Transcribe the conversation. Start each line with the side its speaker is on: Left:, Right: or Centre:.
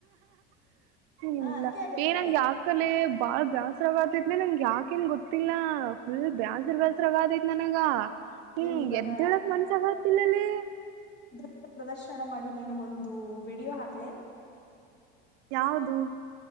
Right: ಇಲ್ಲ
Left: ಹ ಹಂಗೆ ಆಗತ್ತದು
Right: ಏನಂಗೆ ಆಕಲೆ ಬಾಳ್ ಜಾಸ್ತಿ ಗತೈತ್ಲಿ ನನ್ಗೆ ಯಾಕೇನ್ ಗೊತ್ತಿಲ್ಲಾ ಫುಲ್ ಬೇಾಸ್ರ ಬ್ಯಾಸ್ರಗೈತ್ ನನಗ ಹ್ಮ್
Left: ಏನ್ ಇವಾಗ
Right: ಎದ್ದ ಹೇಳಕ್ ಮನ್ಸಗತಿಲ್ಲಲ್ಲಿ
Left: ನೃತ್ಯ ಪ್ರದರ್ಶನ ಮಾಡಿ ನಿನಗೊಂದು ವಿಡಿಯೋ ಹಾಕ್ಲೇನ್
Right: ಯಾವದು